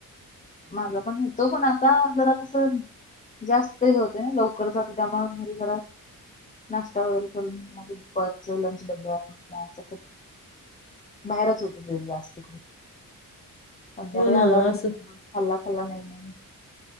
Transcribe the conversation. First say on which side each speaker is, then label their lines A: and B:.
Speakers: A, on the left; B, on the left.
A: मला पण येतो पण आता जरा कस जास्त हे होते ना लवकर जात त्यामळे घरी घर नाश्ता वगैरे करून माझ लंच डब्यावर बाहेरच होत तरी जास्त संध्याकाळी
B: हो ना
A: आल्यावर. झोपतो
B: असं
A: खाल्ला खाल्ला नाही नाही.